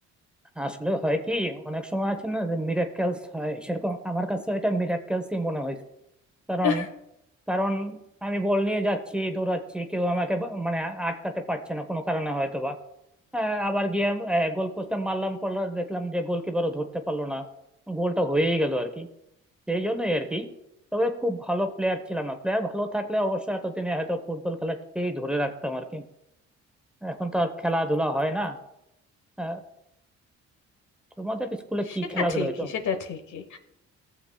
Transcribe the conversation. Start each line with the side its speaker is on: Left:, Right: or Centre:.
Centre: আসলে হয় কি অনেক সময় আছে না যে মিরাক্কেলস হয় সেরকম আমার কাছে এটা মিরাক্কেলসই মনে হয়েছে কারণ
Left: <laughs>
Centre: কারণ আমি বল নিয়ে যাচ্ছি দৌড়াচ্ছি কেউ আমাকে বা- মানে আটকাতে পারছে না কোনো কারণে হয়তো বা আহ, আবার গিয়ে গোল পোস্টে মারলাম পড়লাম দেখলাম যে গোলকিপারও ধরতে পারলো না গোলটা হয়েই গেল আর কি সেই জন্যই আর কি তবে খুব ভালো প্লেয়ার ছিলাম না প্লেয়ার ভালো থাকলে অবশ্য এতদিনে হয়তো ফুটবল খেলাটাকেই ধরে রাখতাম আর কি এখন তো আর খেলাধুলা হয় না আহ, তোমাদের স্কুলে কি
Left: সেটা
Centre: খেলাধুলা
Left: ঠিকই
Centre: হইতো
Left: সেটা ঠিকই